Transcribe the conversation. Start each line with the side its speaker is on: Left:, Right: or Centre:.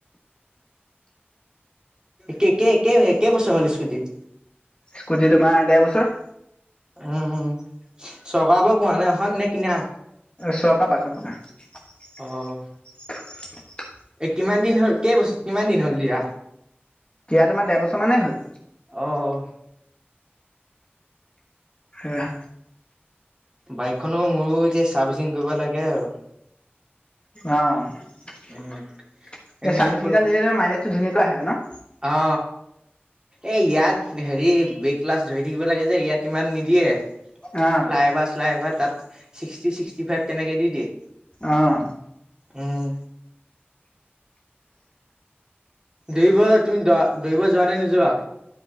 Right: কেই কেই বছৰ হ'ল স্মৃতি
Left: স্কুটি তোমাৰ দেৰ বছৰ
Right: উম চৰকাৰৰ পৰা পোৱা নাই এখন নে কিনা
Left: চকা পচৰকা <unintelligible>
Right: অ'। এ কিমান দিন হল কেই বছ কিমান দিন হ'ল দিয়া
Left: তেয়া তোমাৰ দেৰ বছৰ মানেই হ'ল
Right: অ'।
Left: আহ
Right: বাইকখনো মোৰো এতিয়া চাৰ্ফচিং কৰিব লাগে আৰু
Left: অ এই
Right: উম। এই
Left: ছাব্বিশ
Right: নীলোৎপল
Left: হিজাৰ দিলে মাইলেজ <unintelligible> ধুনীয়াকৈ আহে ন
Right: অ এ ইয়াত হেৰি বে ক্লাছ ধৰি থাকিব লাগে যে ইয়াত ইমান নিদিয়ে
Left: অ',
Right: <unintelligible> ফ্লাই অভাৰ শ্লাই অভাৰ তাত ছিক্সটি ছিক্সটি ফাইভ তেনেকে দি দিয়ে
Left: আহ
Right: উম দৌৰিব তুমি দ দৌৰিব যোৱা নাই নোযোৱা